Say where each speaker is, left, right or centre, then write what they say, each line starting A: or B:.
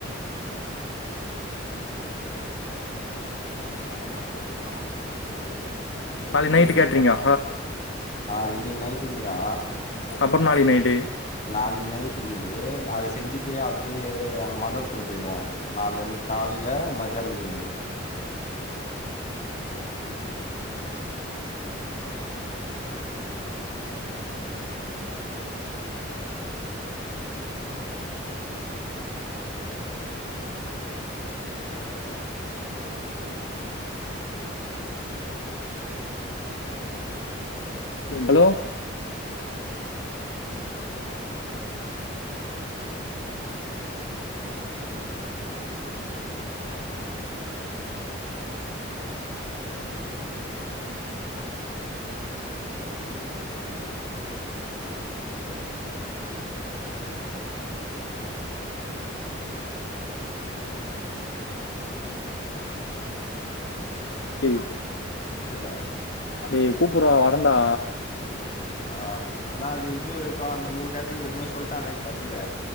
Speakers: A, on the left; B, on the left.
A: <unintelligible>
B: ஹலோ
A: நாளைக்கு
B: புரில
A: நைட்டு கேட்றீங்கா
B: ஆ இன்னைக்கு நைட்டுக்குதுரா
A: அப்பற்றோ நாளைக் நைட்டு
B: நாளைக்கு நைட்டுக்குது அத செஞ்சுட்டு அப்டியே அங்க மண்டபத்துல பொயிடுவோ நாள்ல அன்னைக்கு கால்ல மத்யானோ இக்குது
A: ஏ ஹலோ ஏய்
B: புரியல
A: ஏய் கூப்ட்றா வர்றேன்டா
B: ஆ ஆனா அது இது வரைக்கு அந்த மூணு கேட்ரிங் எதுமே சொல்லிடானே எங்க தம்பி